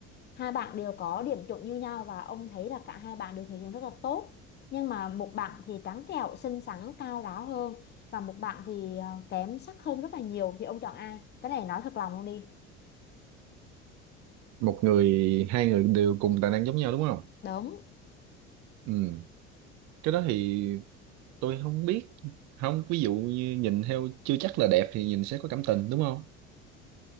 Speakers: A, on the left; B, on the right.
A: hai bạn đều có điểm chuẩn như nhau và ông thấy là cả hai bạn đều thể hiện rất là tốt nhưng mà một bạn thì trắng trẻo xinh xắn cao ráo hơn và một bạn thì à, kém sắc hơn rất là nhiều thì ông chọn ai cái này nói thật lòng luôn đi
B: Một người, hai người đều cùng tài năng giống nhau đúng không?
A: đúng
B: Ừ. Cái đó thì tôi không biết. Không, ví dụ như nhìn theo chưa chắc là đẹp thì nhìn sẽ có cảm tình đúng không?